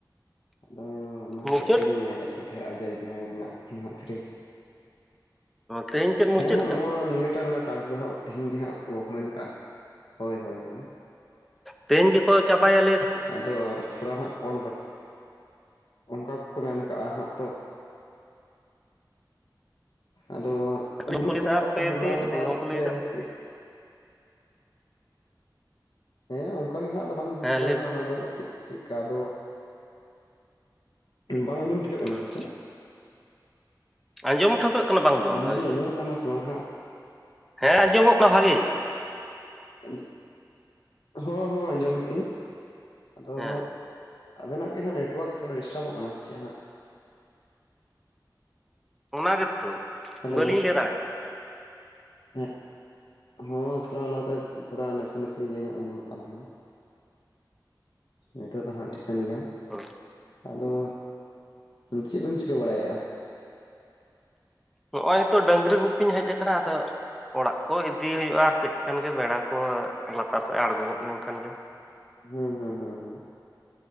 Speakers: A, on the left; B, in the centre.
A: ᱟᱫᱚ ᱚᱱᱟ ᱦᱚᱛᱮᱜ
B: ᱢᱩᱪᱟᱹᱫ
A: ᱛᱤᱧ ᱧᱮᱞᱮᱫ ᱠᱚ ᱛᱟᱦᱮᱸᱱᱟ ᱡᱮ ᱡᱟᱦᱟᱸᱭ ᱢᱮᱱᱟᱜ ᱠᱚᱣᱟ ᱯᱷᱤᱨᱤ
B: ᱛᱮᱦᱮᱧ ᱪᱮᱫ ᱢᱩᱪᱟᱹᱫ
A: ᱦᱮᱸ ᱱᱚᱣᱟ
B: ᱠᱟᱱᱟ
A: ᱱᱤᱭᱟᱹᱴᱟᱜ ᱨᱮᱱᱟᱜ ᱴᱟᱠᱥ ᱫᱚ ᱦᱟᱜ ᱛᱮᱦᱮᱧ ᱜᱮ ᱦᱟᱸᱜ ᱠᱚ ᱢᱮᱱ ᱠᱟᱜᱼᱟ ᱦᱳᱭ ᱦᱳᱭ ᱦᱳᱭ
B: ᱛᱮᱦᱮᱧ ᱜᱮᱠᱚ ᱪᱟᱵᱟᱭᱟ ᱞᱟᱹᱭ ᱫᱟᱠᱚ᱾
A: ᱟᱫᱚ ᱟᱨ ᱛᱷᱚᱲᱟ ᱦᱟᱸᱜ ᱠᱚᱞ ᱵᱟᱠ ᱚᱱᱠᱟ ᱜᱮᱠᱚ ᱢᱮᱱ ᱠᱟᱜᱼᱟ ᱦᱟᱸᱜ ᱛᱚ᱾ ᱟᱫᱚ
B: ᱟᱨ
A: ᱜᱩᱨᱩᱯ
B: ᱠᱚ ᱞᱟᱹᱭᱫᱟ
A: ᱫᱚ
B: ᱟᱨ ᱯᱮ
A: ᱦᱟᱸᱜ ᱦᱚᱞᱟ
B: ᱫᱤᱱ
A: ᱫᱚ
B: ᱟᱹᱰᱤ
A: ᱦᱟᱸᱜ
B: ᱦᱚᱲ ᱠᱚ
A: ᱥᱮ
B: ᱞᱟᱹᱭᱫᱟ
A: ᱛᱤᱥ ᱦᱮᱸ ᱚᱱᱠᱟ ᱜᱮ ᱦᱟᱸᱜ ᱟᱫᱚ ᱵᱟᱝ ᱵᱩᱡᱩᱜ
B: ᱦᱮᱸ
A: ᱠᱟᱱᱟᱜ
B: ᱞᱟᱹᱭ ᱵᱤᱱ
A: ᱚᱱᱟ ᱫᱚ ᱩᱛᱤ, ᱪᱮᱫᱠᱟ ᱟᱫᱚ ᱵᱟᱝ ᱟᱸᱡᱚᱢ ᱴᱷᱤᱠᱟᱹᱜ ᱠᱟᱱᱟ
B: ᱦᱩᱸ
A: ᱥᱮ ᱪᱮᱫ?
B: ᱟᱸᱡᱚᱢ ᱴᱷᱟᱹᱭᱠᱟᱹᱜ ᱠᱟᱱᱟ ᱵᱟᱝ ᱫᱚ
A: ᱢᱮᱱᱫᱟᱞᱤᱧ
B: ᱵᱟᱝ ᱵᱷᱟᱜᱮ
A: ᱟᱸᱡᱚᱢᱚᱜ
B: ᱜᱮ
A: ᱠᱟᱱᱟ ᱥᱮ ᱵᱟᱝ ᱦᱟᱸᱜ
B: <inaudible> ᱦᱮᱸ ᱟᱸᱡᱚᱢᱚᱜ ᱠᱟᱱᱟ ᱵᱷᱟᱜᱮ ᱜᱮ,
A: ᱟᱫᱚ ᱦᱚᱸ ᱦᱚᱸ ᱟᱸᱡᱚᱢ ᱠᱮᱫ ᱟᱹᱧ ᱟᱫᱚ
B: ᱦᱮᱸ
A: ᱦᱟᱸᱜ ᱟᱵᱮᱱᱟᱜ ᱜᱮ ᱦᱟᱸᱜ ᱱᱮᱴᱣᱟᱨᱠ ᱛᱷᱚᱲᱟ ᱰᱤᱥᱴᱟᱵᱚᱜ ᱠᱟᱱᱟ ᱥᱮ ᱪᱮᱫ ᱦᱟᱸᱜ,
B: ᱚᱱᱟ ᱜᱮᱛᱚ
A: ᱦᱮᱞᱳ
B: ᱵᱟᱹᱞᱤᱧ ᱞᱟᱹᱭ ᱫᱟᱲᱮᱜ ᱠᱟᱱᱟ᱾
A: <unintelligible> ᱦᱚᱸ ᱛᱷᱚᱲᱟ ᱚᱱᱟ ᱫᱚ ᱛᱷᱚᱲᱟ ᱱᱟᱥᱮ ᱱᱟᱥᱮ ᱤᱭᱟᱹ ᱧᱚᱜ ᱟᱸᱡᱚᱢᱚᱜ ᱠᱟᱱ ᱛᱟᱦᱮᱱᱟ, ᱱᱤᱛᱚᱜ ᱫᱚ ᱦᱟᱸᱜ ᱴᱷᱤᱠᱟᱹᱱ ᱜᱮᱭᱟ,
B: <unintelligible>
A: ᱟᱫᱚ ᱪᱮᱫ ᱵᱮᱱ ᱪᱤᱠᱟᱹ ᱵᱟᱲᱟᱭ ᱮᱜᱼᱟ?
B: ᱱᱚᱜᱼᱚᱭ ᱛᱚ ᱰᱟᱹᱝᱨᱤ ᱜᱩᱯᱤᱧ ᱦᱮᱡ ᱟᱠᱟᱱᱟ ᱟᱫᱚ᱾ ᱚᱲᱟᱜ ᱠᱚ ᱤᱫᱤ ᱦᱩᱭᱩᱜᱼᱟ ᱟᱨ ᱠᱟᱹᱡ ᱠᱷᱟᱱᱜᱮ ᱵᱮᱲᱟ ᱠᱚ ᱞᱟᱛᱟᱨ ᱥᱮᱫ ᱮ ᱟᱬᱜᱚ ᱜᱚᱫ ᱞᱮᱱᱠᱷᱟᱱ ᱜᱮ᱾
A: ᱦᱩᱸ ᱦᱩᱸ ᱦᱩᱸ ᱦᱩᱸ